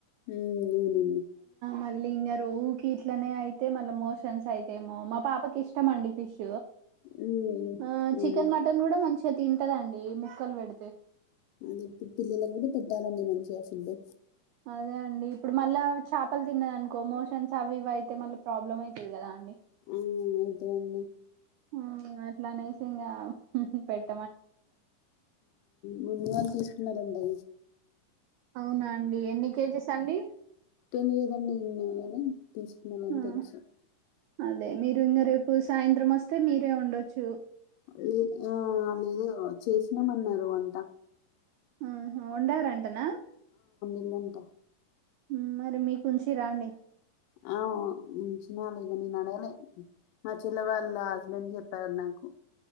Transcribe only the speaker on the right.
మళ్ళీ ఇంకా రో కీట్లనే అయితే మళ్ళీ మోషన్స్ అయితేమో మా పాపకి ఇష్టం అండి పిష్
ఆ
చికెన్ మటన్ కూడా మంచిగా తింటదండి ముక్కలు పెడితే
అదే అండి ఇప్పుడు మళ్ళా చేపలు తిన్నద అనుకో మోషన్స్ అవి ఇవి అయితే మళ్ళా ప్రాబ్లమ్ అవుతుది కదా అండి
ఆ అట్లానేసి ఇంకా పెట్
అవునా అండి ఎన్ని కేజీస్ అండి
ఆ.
అదే మీరు ఇంగ రేపు సాయంత్రం వస్తే మీరే ఉండొచ్చు
ఊ హు వండారంటనా
ఊ మరి మీకుచిర్ర రండి